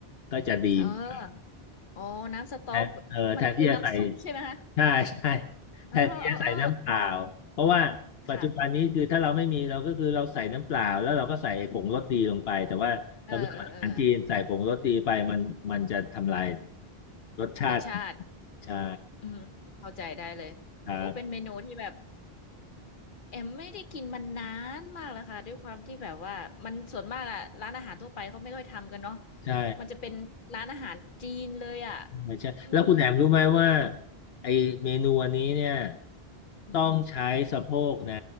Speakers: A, on the left; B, on the left.
A: ก็จะดีมาก
B: เออโอ้น้ำสต๊อก
A: แทนเอ่อแทนที่จะใส่
B: มันคือน้ำซุปใช่ไหมคะ
A: ใช่ใช่
B: เออเออเออ
A: แทนที่จะใส่น้ำเปล่าเพราะว่าปัจจุบันนี้คือถ้าเราไม่มีเราก็คือเราใส่น้ำเปล่าแล้วเราก็ใส่ผงรสดีลงไปแต่ว่าสำหรับอาหารจีนใส่ผงรสดีไปมันมันจะทำลาย
B: ค่ะเออเออเออ
A: รสชาติ
B: รสชาติ
A: ใช่
B: อืมเข้าใจได้เลยโอ้เป็นเมนูที่แบบ
A: ครับ
B: แอมไม่ได้กินมันนานมากแล้วค่ะด้วยความที่แบบว่ามันส่วนมากอะร้านอาหารทั่วไปเขาไม่ค่อยทำกันเนาะ
A: ใช่
B: มันจะเป็นร้านอาหารจีนเลยอะ
A: ใช่ใช่แล้วคุณแหนมรู้ไหมว่า
B: อืม
A: ไอเมนูอันนี้เนี่ย
B: อืม
A: ต้องใช้สะโพกนะ